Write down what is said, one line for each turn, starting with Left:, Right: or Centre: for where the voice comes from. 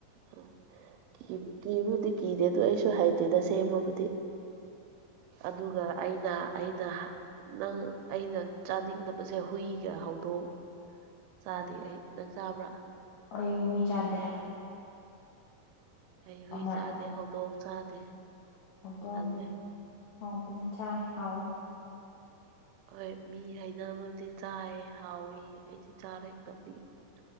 Right: ꯎꯝ ꯀꯤ ꯀꯤꯕꯨꯗꯤ ꯀꯤꯗꯦ ꯑꯗꯨ ꯑꯩꯁꯨ ꯍꯩꯇꯦꯗ ꯁꯦꯝꯕꯕꯨꯗꯤ ꯑꯗꯨꯒ ꯑꯩ ꯅ ꯑꯩꯅ ꯅꯪ ꯑꯩꯅ ꯆꯥꯅꯤꯡꯗꯕꯁꯦ ꯍꯨꯏꯒ ꯍꯧꯗꯣꯡ ꯆꯥꯗꯦ ꯑꯩ ꯅꯪ ꯆꯥꯕ꯭ꯔꯥ
Left: ꯑꯩ ꯍꯨꯏ ꯆꯥꯗꯦ
Right: ꯑꯩ ꯍꯨꯏ
Left: ꯑꯃ
Right: ꯆꯥꯗꯦ ꯍꯧꯗꯣꯡ ꯆꯥꯗꯦ
Left: ꯍꯧꯗꯣꯡꯗꯤ
Right: ꯇꯜꯂꯦ
Left: ꯍꯥꯎꯕꯅꯤ ꯆꯥꯏ ꯍꯥꯎꯋꯦ
Right: ꯍꯣꯏ ꯃꯤ ꯍꯩꯅꯕꯗꯤ ꯆꯥꯏ ꯍꯥꯎꯋꯦꯌꯦ ꯑꯩꯗꯤ ꯆꯥꯔ <unintelligible>